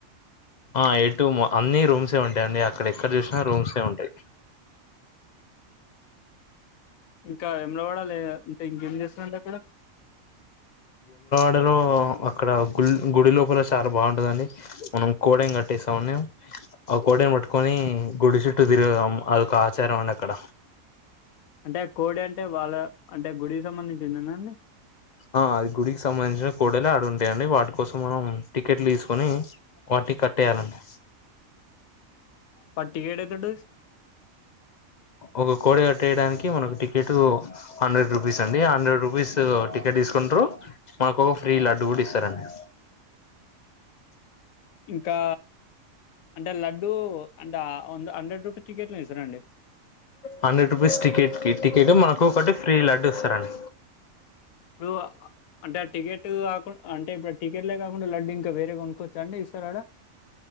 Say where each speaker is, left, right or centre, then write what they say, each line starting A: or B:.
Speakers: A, on the left; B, on the left.
A: ఆ ఎ టూ అన్ని రూమ్సే ఉంటాయి అండి అక్కడ ఎక్కడ చూసినా రూమ్సే ఉంటాయి
B: ఇంకా మూల వాడాలే ఇంకేం చేస్తుాడి అండి అక్కడ
A: లో అక్కడ గు గుడి లోపల చాలా బాగుంటదండి మనం కోడని కట్టేస్తామున్నా ఆ కోడని పట్టుకొని గుడి చుట్టూ తిరగేం అదొక ఆచారం అండి అక్కడ
B: అంటే ఆ కోడి అంటే వాళ్ళ అంటే గుడికి సంబంధించిందిదేనా అండి
A: ఆ అది గుడికి సంబంధించిన కూడలు ఆడు ఉంటాయండి వాటి కోసం మనం టికెట్లు తీసుకొని వాటి కట్ వేయాలండి
B: పట్టికేడయితుడు
A: ఒక కోడి కట్టేయడానికి మనకు టికెట్ హండ్రెడ్ రూపీస్ అండి హండ్రెడ్ రూపీస్ టికెట్ తీసుకుంటారు మనకు ఒక ఫ్రీ లడ్డు కూడా ఇస్తారండి
B: ఇంకా అంటే లడ్డూ అంటే హండ్రెడ్ రూపీస్ టిక్కెట్లు ఇస్తార అండి
A: హండ్రెడ్ రూపీస్ టికెట్ టికెట్ మనకు ఒకటి ఫీ లడ్డు ఇస్తారండి
B: ఇప్పుడు అంటే ఆ టికెట్ కాకుండా అంటే ఇప్పుడు టికెట్లే కాకుండా లడ్డ ఇంకా వేరేగా కొనుకోవచ్చా అండి ఇస్తారడ